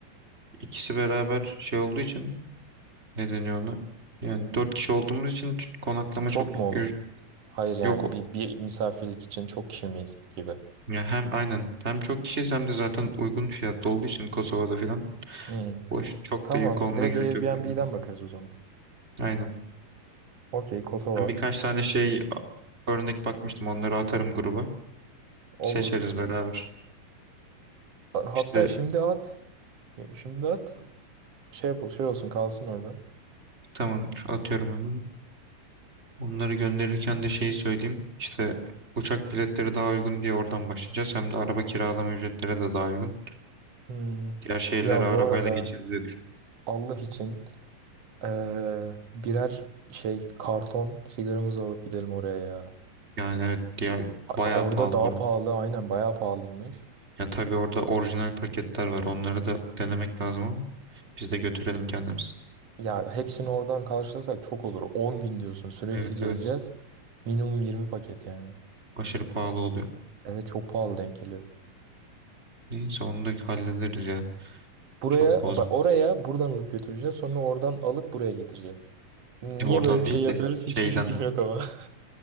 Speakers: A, on the right; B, on the right.
A: İkisi beraber şey olduğu için ne deniyor ona? Yani dört kişi olduğumuz için ç- konaklama
B: Çok
A: çok
B: mu olur?
A: ü-
B: Hayır yani
A: yok.
B: bir, bir misafirlik için çok kişi miyiz gibi.
A: Ya hem aynen hem çok kişiyiz hem de zaten uygun fiyatlı olduğu için Kosova'da filan.
B: Hmm.
A: Boş çok
B: Tamam
A: da yük olmaya
B: direkt
A: gerek
B: Airbnb'den
A: yok. bence.
B: bakarız o zaman.
A: Aynen.
B: Okey Kosova
A: Ben birkaç tane şey a- örnek bakmıştım. Onları atarım gruba.
B: olur.
A: Seçeriz beraber.
B: Hatta
A: İşte
B: şimdi at. Şimdi at. Şey yapıl şey olsun kalsın orada.
A: tamamdır. Atıyorum hemen. Onları gönderirken de şeyi söyleyeyim. İşte uçak biletleri daha uygun diye oradan başlayacağız. Hem de araba kiralama ücretleri de daha uygun.
B: Hmm.
A: Diğer şehirlere
B: Ya
A: arabayla
B: bu arada
A: geçeriz diye düşün.
B: Allah için eee, birer şey karton sigaramızı alıp gidelim oraya ya.
A: Yani evet diğer
B: A-
A: bayağı
B: Orada
A: pahalı
B: daha
A: orada.
B: pahalı aynen bayağı pahalıymış.
A: Ya tabii orada orijinal paketler var. Onları da denemek lazım ama biz de götürelim kendimiz.
B: Ya hepsini oradan karşılasak çok olur. on gün diyorsun sürekli
A: Evet
B: gezeceğiz.
A: evet
B: Minimum 20 paket yani.
A: aşırı pahalı oluyor.
B: Evet çok pahalı denk geliyor.
A: Neyse onu da hallederiz ya.
B: Buraya
A: Çok bozmaz.
B: ba- oraya buradan alıp götüreceğiz sonra oradan alıp buraya getireceğiz. Niye
A: Ya oradan
B: böyle bir
A: değil
B: şey yapıyoruz
A: de şeyden
B: hiçbir fikrim yok ama. <laughs>